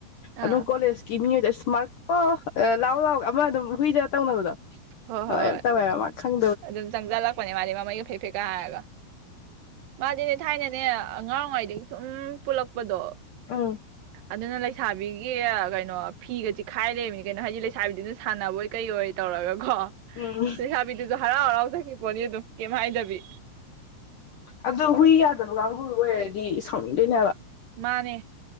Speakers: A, on the left; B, on the right.
A: ꯑꯗꯨꯝ
B: ꯑꯥ
A: ꯀꯣꯂꯦꯖꯀꯤ ꯃꯤ ꯑꯣꯏꯗꯤ ꯃꯥꯔꯀꯣ ꯂꯥꯎ ꯂꯥꯎ ꯑꯃ ꯑꯗꯨꯝ ꯍꯨꯏꯗꯒ ꯇꯧꯅꯕꯗꯣ
B: ꯍꯣꯏ ꯍꯣꯏ ꯍꯣꯏ
A: <unintelligible> ꯃꯥ ꯈꯪ
B: ꯑꯗꯨꯝ ꯆꯪꯖꯜꯂꯛꯄꯅꯦ ꯃꯥꯗꯤ ꯃꯃꯩ ꯐꯦ ꯐꯦ ꯀꯥ ꯍꯥꯏꯔꯒ ꯃꯥꯗꯤꯦꯅꯦ ꯊꯥꯏꯅꯅꯦ ꯑꯉꯥꯡ ꯋꯥꯏꯗꯒꯤ ꯁꯨꯝ ꯄꯨꯜꯂꯛꯄ ꯄꯗꯣ
A: ꯎꯝ
B: ꯑꯗꯨꯅ ꯂꯩ ꯂꯩꯁꯥꯕꯤꯒꯤ ꯀꯩꯅꯣ ꯐꯤꯒ ꯆꯤꯈꯥꯏ ꯂꯩꯔꯝꯃꯤꯅꯤ ꯀꯩꯅꯣ ꯍꯥꯏꯗꯤ ꯂꯩꯁꯥꯕꯤꯗꯨꯅ ꯁꯥꯟꯅꯕꯣꯏ ꯀꯩꯕꯣꯏ ꯇꯧꯔꯒ ꯍꯣ
A: ꯎꯝ
B: ꯂꯩꯁꯥꯕꯤ ꯍꯔꯥꯎ ꯍꯔꯥꯎ ꯆꯠꯈꯔ꯭ꯤ ꯄꯣꯅꯤ ꯑꯗꯨꯝ ꯀꯩꯝ ꯍꯥꯏꯗꯕꯤ
A: ꯑꯗꯨ ꯍꯨꯏ ꯌꯥꯗꯕ ꯀꯥꯡꯕꯨꯗꯨ ꯑꯣꯏꯔꯗꯤ ꯁꯥꯎꯅꯤꯡꯗꯣꯏꯅꯦ ꯍꯥꯏꯕꯥ
B: ꯃꯥꯅꯦ